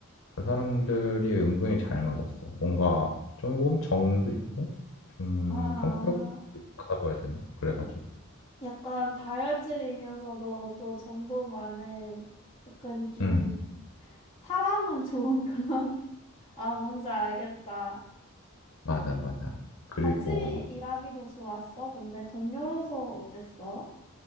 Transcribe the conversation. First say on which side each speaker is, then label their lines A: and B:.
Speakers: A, on the left (about 75°); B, on the left (about 25°).
A: 그 사람들이 은근히 잘 맞았어. 뭔가 조금 정도 있고, 좀
B: 아,
A: 성격이 있다고 해야 되나? 그래가지고.
B: 약간 다혈질이면서도 또 정도 많은 약간 좀
A: 음.
B: 사람은 좋은 그런, <laughs> 아, 뭔지 알겠다.
A: 맞아, 맞아. 그리고
B: 같이 일하기도 좋았어. 근데 동료로서 어땠어?